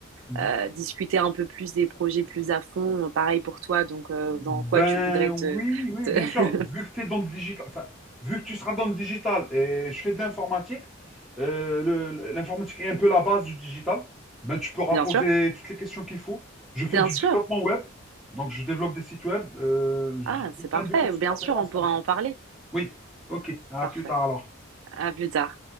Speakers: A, in the centre; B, on the right.
A: Mhm.
B: euh, discuter un peu plus des projets plus à fond. Pareil pour toi, donc euh,
A: Ben
B: dans quoi tu voudrais
A: oui,
B: te...
A: oui,
B: te-
A: bien sûr. Vu que tu es dans le digital, enfin, vu que tu seras dans le digital et je fais de l'informatique, euh, le- l'informatique est un peu la base du digital. Ben, tu pourras
B: <laughs> Bien
A: poser
B: sûr,
A: toutes les questions qu'il faut. Je fais
B: bien
A: du
B: sûr.
A: développement web, donc je développe des sites web. euh,
B: Ah, c'est
A: j'ai plein
B: parfait.
A: de petites
B: Bien
A: compétences
B: sûr, on pourra
A: comme ça.
B: en parler.
A: Oui, ok. À
B: Parfait.
A: plus tard alors.
B: À plus tard.